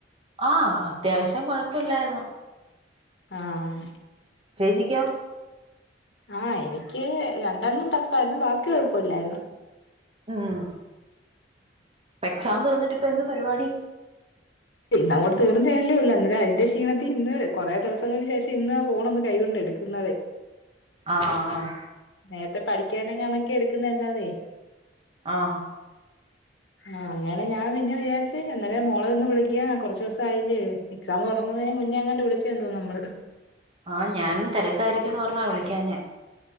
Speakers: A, on the right; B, on the left.
A: ആഹ് അത്യാവശ്യം കൊഴപ്പല്ലായിരുന്ന്
B: ആഹ്
A: ചേച്ചിക്കോ
B: ആഹ് എനിക്ക് രണ്ടെണ്ണം ടഫായിരുന്ന് ബാക്കി കൊഴപ്പയില്ലായിരുന്ന്
A: ഉം എക്സാം തീർന്നിട്ട് ഇപ്പം എന്തുവാ പരിപാടി
B: ഇന്ന് അങ്ങോട്ട് തീർന്നല്ലെ ഒള്ള് അന്നേരം അതിന്റെ ക്ഷീണത്തി ഇന്ന് കുറെ ദെവസങ്ങക്ക് ശേഷം ഇന്ന് ആ ഫോണ് ഒന്ന് കൈ കൊണ്ട് എടുക്ക്
A: ആഹ്
B: നേരത്തെ പഠിക്കാൻ എങ്ങാനുക്കെ എടുക്കുന്നതല്ലാതെ
A: ആഹ്
B: ആഹ് അങ്ങനെ ഞാൻ പിന്നെ വിചാരിച്ച് അന്നരം മോളെ ഒന്ന് വിളി ക്കാൻ കൊറച്ച് ദിവസായില്ലെ എക്സാം തൊടങ്ങുന്നതിന് മുന്നേ എങ്ങാണ്ട് വിളിച്ചേ ആന്ന് തോന്ന് നമ്മള്
A: ആഹ് ഞാനും തെരക്കായിരിക്കുന്ന് പറഞ്ഞ വിളിക്കാഞ്ഞെ